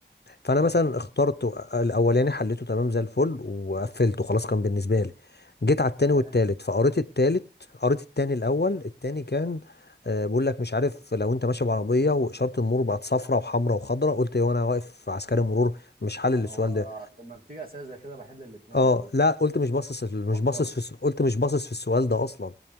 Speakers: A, on the left; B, on the right.
A: فانا مثلا اخترت الاولاني حليته تمام زي الفل وقفلته خلاص كان بالنسبه لي جيت على التاني
B: تمام
A: والتالت فقريت التالت قريت التاني الاول التاني كان آه، بيقول لك مش عارف لو انت ماشي بعربيه واشاره المرور بقت صفراء وحمراء وخضراء قلت ايه وانا واقف عسكري مرور مش حل
B: آه،
A: السؤال
B: هو
A: ده
B: لما بتيجي اسئلة زي كده بحل الاتنين
A: اه
B: على طول
A: لا قلت مش باصص في- مش
B: ما بختارش
A: باصص في الس- قلت مش باصص في السؤال ده اصلا